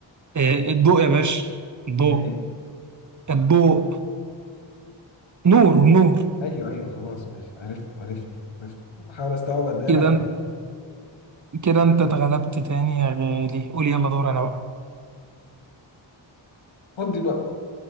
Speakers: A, on the right; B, on the left.
A: آه، الضوء يا باشا الضوء
B: اللي ايه
A: الضوء نور نور
B: ايوه ايوه خلاص ماشي عرفت عرفت عرفت بحاول استوعب قد ايه
A: كده
B: انا غبي
A: أنت- كده انت اتغلبت تاني يا غالي قول يلا دور انا بقى
B: خد دي بقى